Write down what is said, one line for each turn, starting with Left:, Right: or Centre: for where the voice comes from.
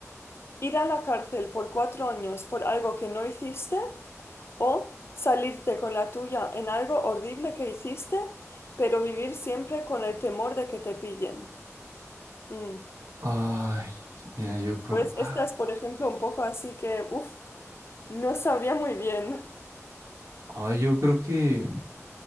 Left: Ir a la cárcel por cuatro años por algo que no hiciste. O salirte con la tuya en algo horrible que hiciste, pero vivir siempre con el temor de que te pillen. Mm.
Right: Ay, mira, yo creo.
Left: Pues
Right: Ah,
Left: esta es, por ejemplo, un poco así que, uff, no sabría muy bien.
Right: ay, yo creo que.